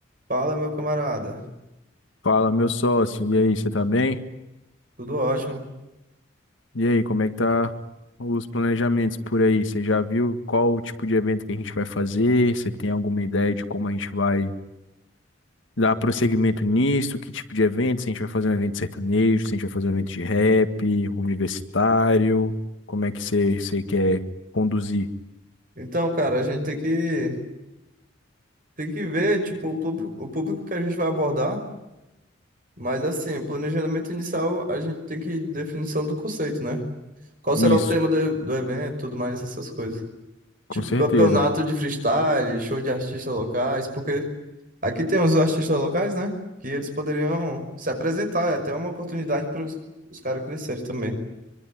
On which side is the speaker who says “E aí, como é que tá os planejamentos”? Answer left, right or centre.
Left